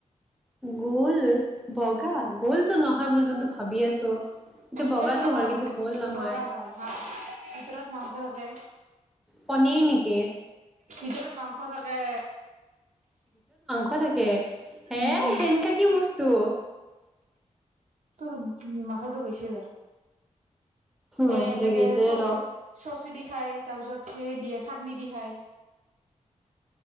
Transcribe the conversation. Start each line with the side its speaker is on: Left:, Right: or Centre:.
Centre: গ'ল। বগা গ'লটো নহয় মই যোনটো ভাবি আছোঁ এইটো বগাটো
Right: গুল নহয়
Centre: হয় কিন্তু গোল নহয়,
Right: বগা হয় হাঁ ভিতৰত মাংস থাকে
Centre: পনীৰ নেকি?
Right: ভিতৰত মাংস থাকে।
Centre: ক থাকে হে
Right: উম
Centre: সেনেকে কি বস্তু <unintelligible>
Right: তোৰ মাথাটো গৈছে যা
Centre: মাথাটো
Right: এ এনেকে
Centre: গৈছে
Right: চচ
Centre: ৰ'
Right: চচি দি খাই তাৰ পিছত সেই দিয়ে চ নিদিহাই